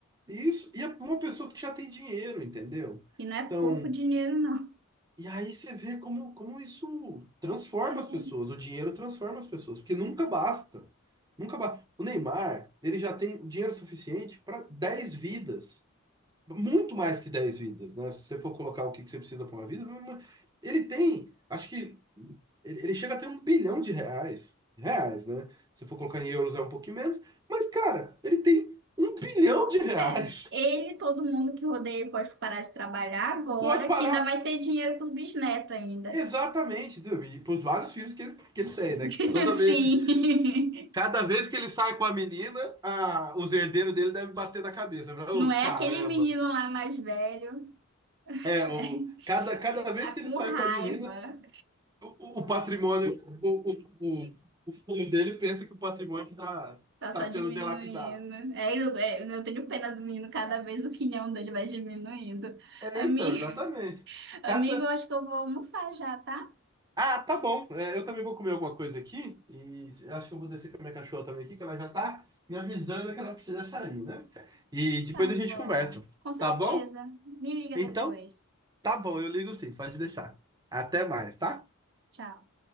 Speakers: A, on the right (about 20°); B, on the right (about 55°).
A: E Isso, e é uma pessoa que já tem dinheiro, entendeu?
B: E não é
A: Então,
B: pouco dinheiro, não.
A: e aí você vê como, como isso transforma
B: É
A: as pessoas, o dinheiro transforma as pessoas, porque nunca basta. Nunca basta. O Neymar, ele já tem dinheiro suficiente para 10 vidas, muito mais que 10 vidas, né? Se você for colocar o que que você precisa para uma vida, mas- ele tem, acho que ele, ele chega a ter um bilhão de reais, reais, né? Se for colocar em euros é um pouquinho menos, mas cara, ele tem um bilhão de reais.
B: É, ele, todo mundo que rodeia ele pode parar de trabalhar agora,
A: Pode parar
B: que ainda vai ter dinheiro pros bisnetos ainda.
A: Exatamente, entendeu? E pros vários filhos que ele, que ele tem, né?
B: <laughs>
A: Toda vez,
B: Sim.
A: cada vez que ele sai com a menina, a, os herdeiros dele devem bater na cabeça.
B: Não
A: Oh,
B: é
A: caramba!
B: aquele menino lá mais velho,
A: É,
B: é,
A: o, cada, cada
B: tá
A: vez que
B: <laughs>
A: ele
B: com
A: sai
B: raiva,
A: com a menina, o, o o patrimônio, o, o, o, o filho dele pensa que o patrimônio está tá
B: tá
A: tá
B: só
A: sendo
B: diminuindo.
A: dilapidado.
B: É, eu, é, eu tenho pena do menino, cada vez o quinhão dele vai diminuindo.
A: É,
B: Amigo,
A: então, exatamente.
B: amigo,
A: Cada
B: eu acho que eu vou almoçar já, tá?
A: Ah, tá bom. É, eu também vou comer alguma coisa aqui. E acho que eu vou descer com a minha cachorra também aqui, que ela já tá me avisando que ela precisa sair, né? E depois
B: Tá
A: a
B: bom.
A: gente conversa.
B: Com certeza.
A: Tá bom?
B: Me liga
A: Então,
B: depois.
A: tá bom, eu ligo sim, pode deixar. Até mais, tá?
B: Tchau.